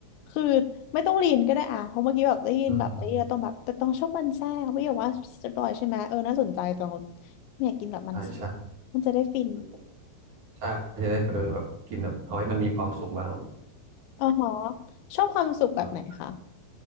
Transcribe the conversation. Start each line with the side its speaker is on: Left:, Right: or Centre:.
Left: คือไม่ต้องลีนก็ได้อ่ะเพราะเมื่อกี้แบบได้ยินแบบไอ้เหี้ยต้องแบบแต่ต้องชอบมันแทรกไม่อยากว่าจะปลอยใช่ไหมเออน่าสนใจตอง
Right: อืม
Left: ไม่อยากกินแบบมันแทรก
Right: ใช่ใช่
Left: มันจะได้ฟิน
Right: อืมใช่จะได้เออแบบกินแบบเอาให้มันมีความสุขบ้างครับ
Left: อ๋อหรอชอบความสุขแบบไหนคะ
Right: <laughs>